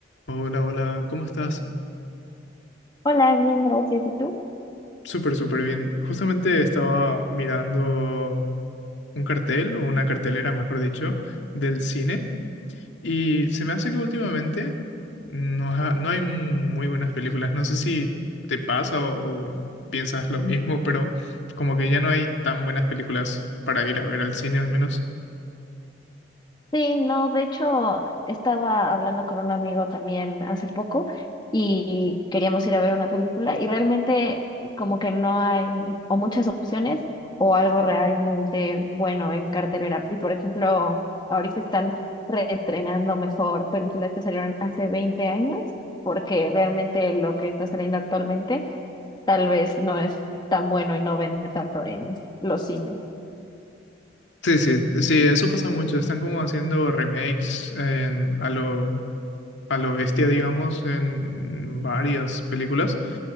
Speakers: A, on the left; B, on the left.
A: Hola, hola, ¿cómo estás?
B: Hola, bien, gracias. ¿Y tú?
A: Súper, súper bien. Justamente estaba mirando un cartel, o una cartelera, mejor dicho, del cine, y se me hace que últimamente no, ha- no hay muy buenas películas. No sé si te pasa o, o piensas lo mismo, pero como que ya no hay tan buenas películas para ir a ver al cine al menos.
B: Sí, no, de hecho, estaba hablando con un amigo también hace poco y queríamos ir a ver una película y realmente como que no hay o muchas opciones o algo realmente bueno en cartelera. Y por ejemplo, ahorita están reestrenando mejor películas que salieron hace 20 años porque realmente lo que está saliendo actualmente tal vez no es tan bueno y no vende tanto en los cines.
A: Sí, sí, sí, eso pasa mucho. Están como haciendo remakes en- a lo, a lo bestia, digamos, en varias películas.